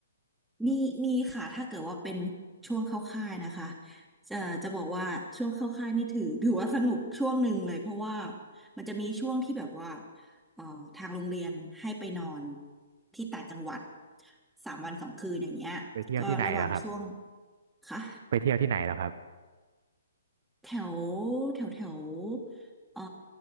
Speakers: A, in the centre; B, on the right (about 50°).
A: มีมีค่ะถ้าเกิดว่าเป็นช่วงเข้าค่ายนะคะจะจะบอกว่าช่วงเข้าค่ายนี่ถือ <laughs> ถือว่าสนุกช่วงหนึ่งเลยเพราะว่ามันจะมีช่วงที่แบบว่าเอ่อทางโรงเรียนให้ไปนอนที่ต่างจังหวัดสามวันสองคืนอย่างเงี้ยก็ระหว่างช่วง
B: ไปเที่ยวที่ไหนแล้วครับ
A: ค่ะ
B: ไปเที่ยวที่ไหนแล้วครับ
A: แถวแถวแถวเอ่อ